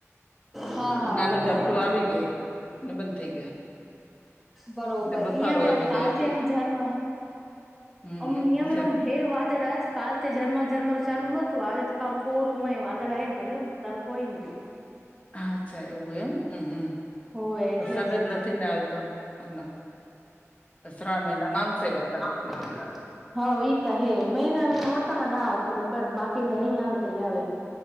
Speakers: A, in the centre; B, on the left (about 25°).
A: હા હા
B: નાનું
A: બરોબર
B: જપટું આવી ગયું. ને બંધ થઈ ગયા.
A: બરોબર
B: અને બફારો
A: ઈ બી
B: હોય
A: આમ
B: બધો
A: કાલ
B: એકલો
A: થયમ ઝરમાં.
B: હમ
A: હ હ
B: હમ
A: મે
B: જ્યારે
A: હે વાત વાદજ કાલ રમર ઝમર ચાલુ હતું આજે ક કોરું હોય વાદળ ભલે તરકો હોય.
B: હ અચ્છા એવું એમ હમ હમ,
A: હોવે એટલે
B: વરસાદ
A: ને
B: જ નથી નાાલતો હમણા. અસરાણ મહના નામસે વસાત.
A: બ <unintelligible> હ તા હે મેન નોડતામાં નાે બ બાકી અહીં આવે ત અહીં આવે.